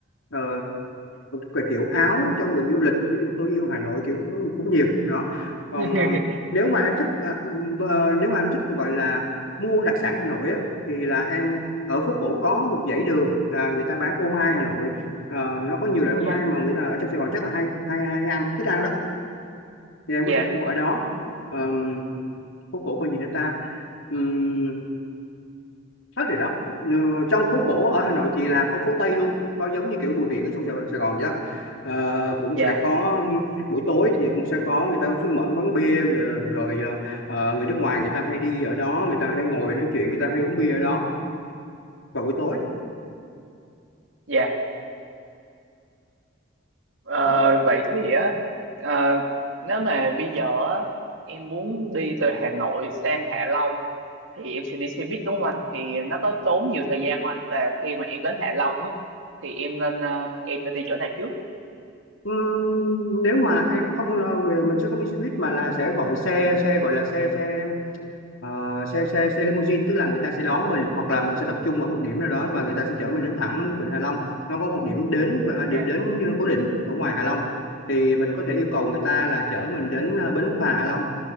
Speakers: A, on the left; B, on the right.
A: Ờ, cái kiểu áo cho người du lịch ví dụ tôi yêu Hà Nội kiểu cũng cũng nhiều đó còn
B: <laughs>
A: ờ, nếu mà em thích à, ờ, nếu mà em thích gọi là mua đặc sản Hà Nội á thì là em ở phố cổ có một dãy đường là người ta bán ô mai Hà Nội Ờ, nó có nhiều loại ô
B: dạ,
A: mai mà người ta ở trong Sài Gòn chắc là hay hay hay ăn thích ăn đó thì em
B: dạ,
A: có thể mua ở đó Ờm, phố cổ còn gì nữa ta Ừm, hết rồi đó ừ, trong phố cổ ở Hà Nội thì là có phố Tây luôn có giống như kiểu Bùi Viện ở trong Sài, Sài Gòn vậy đó Ờ, cũng
B: dạ,
A: sẽ có um, buổi tối thì cũng sẽ có người ta cũng sẽ mở quán bia rồi, rồi ờ, ờ, người nước ngoài người ta hay đi ở đó người ta hay ngồi nói chuyện người ta hay uống bia ở đó vào buổi tối
B: dạ. Ờ,
A: Ừ.
B: vậy thì á ờ, nếu mà bây giờ á, em muốn đi từ Hà Nội sang Hạ Long thì em sẽ đi xe buýt đúng không anh? Thì nó có tốn nhiều thời gian không anh? Và khi mà em đến Hạ Long á thì em nên ờ, em nên đi chỗ nào trước?
A: Ừm, nếu mà em không nói về mình sẽ không đi xe buýt mà là sẽ gọi xe xe gọi là xe xe Ờ, xe xe xe limousine tức là người ta sẽ đón mình hoặc là mình sẽ tập trung ở một điểm nào đó và người ta sẽ chở mình đến thẳng Vịnh Hạ Long nó có một điểm đến à,
B: Dạ,
A: điểm đến cố định ở ngoài Hạ Long thì mình có thể yêu cầu người ta là chở mình đến à, bến phà Hạ Long